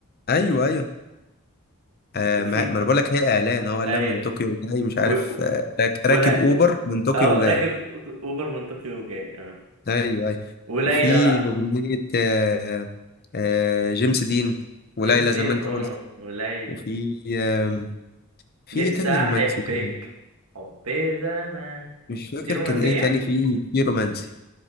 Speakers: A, on the left; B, on the right.
A: ايوه
B: مم.
A: ايوه آه
B: وفي
A: ما ما انا بقول لك هي اعلان هو قال
B: أيوه
A: من طوكيو وجاي مش
B: و...
A: عارف
B: و-
A: آه راك- راكب
B: ولا
A: اوبر
B: و...
A: من طوكيو
B: اه
A: وجاي
B: راكب أوبر من طوكيو جاي اه
A: ايوه ايوه
B: وليلى
A: وفي
B: بقى
A: اغنيه آه آه جيمس دين وليلى
B: جيمس دين
A: زي ما انت
B: اه
A: قلت
B: وليلى
A: وفي آه في
B: نفسي
A: إيه تاني رومانسي
B: احبك
A: كده
B: حب زمان
A: مش فاكر
B: دي رومانسية
A: كان ايه تاني في في رومانسي